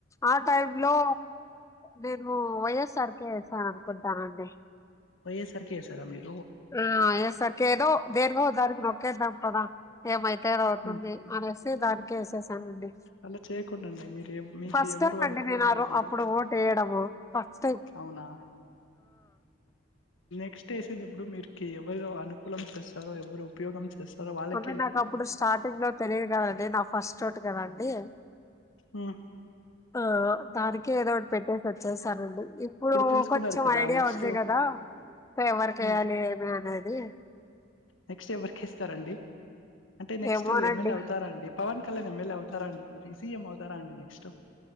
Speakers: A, on the left; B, on the left.
A: ఆ టైం లో నేను వైఎస్ఆర్ కే ఏసాను కుంటానండి
B: వైయస్ ర్ కే ఎసరా మీరు
A: ఆ ఎస్ ఆర్ కో ఎదోదేనికో దానికో నోక్ కేదం మ్ పదా ఏమైతే అవుతుంది
B: ఉమ్
A: అనేసి దాక వేసేసానండి
B: అలా చేయకుండండి మీరు ఎవ్ మీకు
A: ఫస్ట్
B: ఎవరు
A: టైం అండి
B: అనుకూలంగా
A: నేనుారు
B: ఉన్నారో
A: అప్పుడు ఓటు వేయడము ఫస్ట్ టైం
B: అవునా నేక్ట్ ఏసేటప్పుడు మీరు కీ ఎవరు అనుకూలం చేస్తారో ఎవరు ఉపయోగం చేస్తారు వాళ్ళకి
A: అంటే నాకు అప్పుడు స్టార్టింగ్ లో తెలియదు కదండి, నా ఫస్ట్ ఓటు కదండి
B: ఉ
A: ఆ తారకె ఏదో ఒకటి పెట్టే స చ్చసానండి ఇప్పుడు
B: తెలుసుకున్నారు
A: కొంచెం
B: కదా
A: ఐడియా
B: నెక్స్ట్
A: ఉంది కదా, ఇక ఎవరికి
B: ఉమ్
A: వేయ్యాలి ఏమి అనేది
B: నెక్స్ట్ ఎవరికేస్తారండి అంటే నెక్స్ట్
A: ఏమోనండి
B: ఎమ్మెలే అవుతారండి పవన్ కల్ న మమెల్ అవుతారా అండి సిఎం అవతారా అండి నెక్స్ట్,